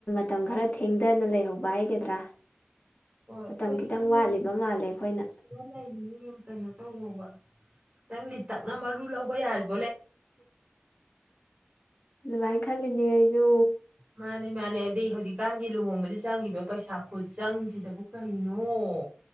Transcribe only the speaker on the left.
ꯃꯇꯝ ꯈꯔ ꯊꯦꯡꯊꯅ ꯂꯩꯍꯧꯕ ꯍꯥꯏꯒꯗ꯭ꯔꯥ
ꯃꯇꯝ ꯈꯤꯇꯪ
ꯋꯥꯠꯂꯤꯕ
ꯃꯥꯜꯂꯦ ꯑꯩꯈꯣꯏꯅ
ꯑꯗꯨꯚꯥꯏ ꯈꯜꯂꯤꯅꯦ ꯑꯩꯁꯨ